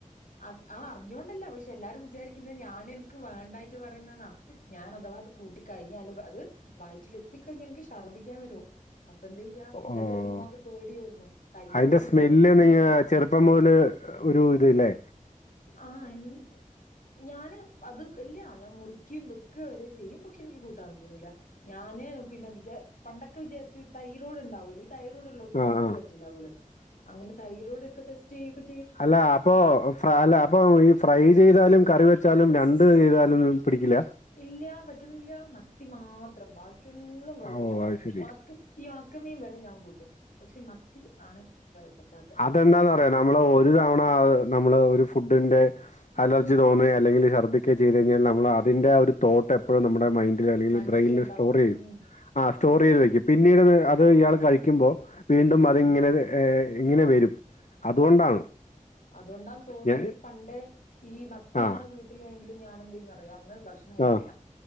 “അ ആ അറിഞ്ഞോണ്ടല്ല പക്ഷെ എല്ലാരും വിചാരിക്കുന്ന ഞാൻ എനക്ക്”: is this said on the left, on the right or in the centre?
Left